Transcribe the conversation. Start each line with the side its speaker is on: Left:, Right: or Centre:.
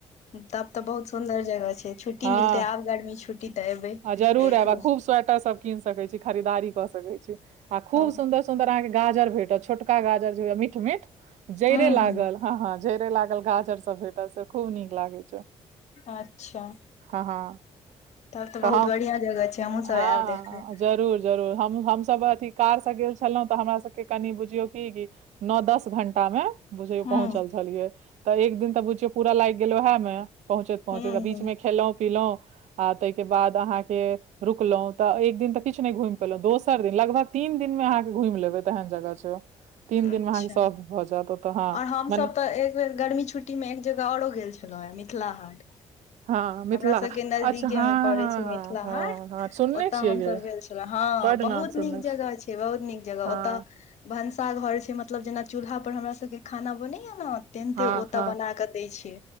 Left: तब तऽ बहुत सुन्दर जगह छै छुट्टी
Right: हँ
Left: मिलतै आब गर्मी छुट्टी तऽ एबै
Right: आ जरूर
Left: देखू
Right: आयब आ खूब स्वेटर सब कीन सके छी खरीदारी क सकै छी आ खूब
Left: हूँ
Right: सुन्दर सुंन्दर अहाँ के गाजर भेटत छोटका गाजर जे मीट मीट जइड़े
Left: हूँ
Right: लागल हँ हँ झरे लागल गाजर सब भेटल से खूब नीक लागे छै
Left: अच्छा
Right: हँ हँ
Left: तब त
Right: तऽ
Left: बहुत
Right: हम
Left: बढ़िया जह छै हमहुँ
Right: हँ
Left: सब आयब देखे
Right: जरूर जरूर हम हमसभ अथि कार से गेल छलहुँ तऽ हमरा सबके कनि बुझियौ की नओ दस घंटा मे बुझियौ
Left: हूँ
Right: पहुँचल छलियै तऽ एक दिन तऽ बुझियौ पूरा लागि गेल उएह मे पहुँचैत पहुँचैत
Left: हूँ
Right: आ बीच
Left: हूँ
Right: मे खेलहुँ पीलहुँ आ तइके बाद अहाँके रुकलहुं तऽ एक दिन तऽ किछु नहि घुमि पेलहुँ दोसर दिन लगभग तीन दिन मे अहाँके घूम लेबै त एहन जगह छै तीन
Left: अच्छा
Right: दिनमे अहाँके सभ भऽ जायत ओतऽ हँ
Left: और हमस
Right: मने
Left: तऽ एक बेर गर्मी छुट्टी में एक जगह औरो गेल छ मिथिला हाट
Right: हँ मिथिला
Left: हमरा सबके नजदीके
Right: अच्छा हँ
Left: मे पड़े
Right: हँ
Left: छै मिथिला
Right: हँ
Left: हाट
Right: हँ सुनने
Left: ओत
Right: छियै
Left: हमस
Right: ये
Left: गेल छी हँ
Right: बड
Left: बहुत
Right: नाम सुनने
Left: नीक
Right: छी
Left: जगह छै बहुत नीक जगह
Right: हँ
Left: ओतऽ भनसा घर छै मतलब जेना चूल्हा पर हमरा सबके खाना बनैया ने तेन्ते
Right: हँ
Left: ओतऽ
Right: हँ
Left: बना कऽ दै छै